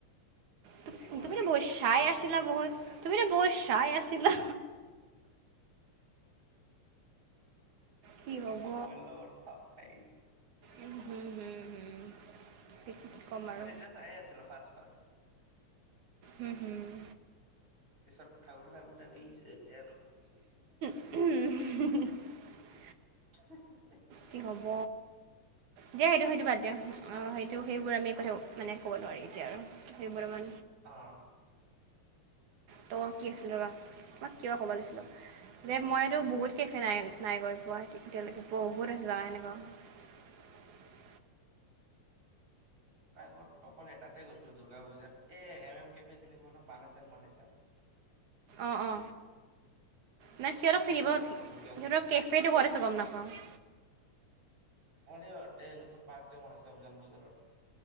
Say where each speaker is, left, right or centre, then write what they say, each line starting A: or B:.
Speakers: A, on the right (about 75°); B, on the right (about 35°).
A: তু
B: কি কৰিম
A: তুমি ন' বহুত চাই
B: মই গম
A: আছিলা
B: নাপাওঁ
A: বহুত
B: ন এতিয়া
A: তুমি ন' বুস চাই আছিলা। কি হ'ব
B: সময়ৰ লগত খাপ খাইছে।
A: উম হুম হুম হুম কি কি ক'ম আৰু
B: মই তেতিয়া চায়েই আছিলোঁ ফাৰ্ষ্ট ফাৰ্ষ্ট।
A: উম, উম।
B: পিছত থাকোতে থাকোতে হৈ গৈছে এতিয়া আৰু।
A: উম।
B: <unintelligible>
A: কি হ'ব। দিয়া সেইটো সেইটো বাদ দিয়া। অ সেইটো সেইবোৰ আমি কথা মানে কব নোৱাৰি এতিয়া আৰু সেইবোৰ আমাৰ
B: অ।
A: ত কি আছিল ৰবা, তোমাক কিবা কোবো ওলাইছিলোঁ। যে মইতো বহুত কেফে নাই-নাই গৈ পোৱা এতিয়ালৈকে। ব <unintelligible>
B: ত অকল এটাতে গৈছো দুৰ্গা পূজাত। এ এম এম কেফে চিনি পোৱা ন মানিছা মানিছা?
A: অ অ মানে সিহঁতক
B: তাতে
A: চিনি
B: গৈছিলোঁ
A: পাওঁ।
B: অকল দুৰ্গা
A: সিহঁতৰ
B: পূজাত
A: কেফেটো ক'ত আছে গম নাপাও। <inaudible>
B: অৰিয় এই নতুন পাৰ্ক যেন বনাইছে উজান বজাৰত।